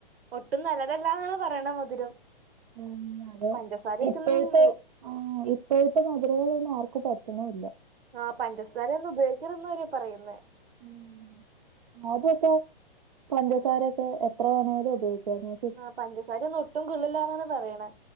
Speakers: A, on the right; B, on the right.
A: ഒട്ടും നല്ലതല്ലാന്നാണ് പറയണ് മധുരം
B: ഉം അതെ
A: പഞ്ചസാരയൊക്കെ
B: ഇപ്പഴത്തെ
A: ഒന്നും
B: ആഹ് ഇപ്പോഴത്തെ മധുരങ്ങളൊന്നും ആർക്കും പറ്റുണുംഇല്ല
A: ആഹ് പഞ്ചസാര ഒന്നും ഉപയോഗിക്കരുതന്ന് വരെ പറയുന്നേ
B: ഉം ആദ്യക്കെ പഞ്ചസാരൊക്കെ എത്ര വേണേലും ഉപയോഗിക്കാന്നു
A: ആഹ് പഞ്ചസാര ഒന്നും ഒട്ടും കൊള്ളില്ലാന്നാണ് പറയ്ണ്